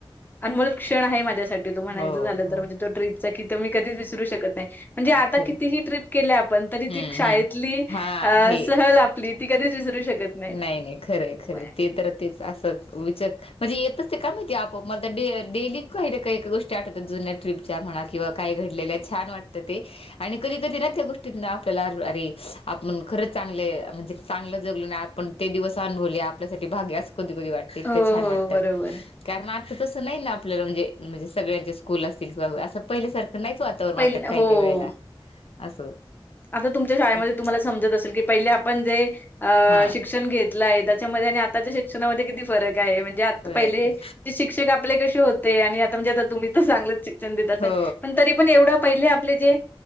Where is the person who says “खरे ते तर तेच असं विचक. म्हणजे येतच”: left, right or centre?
Left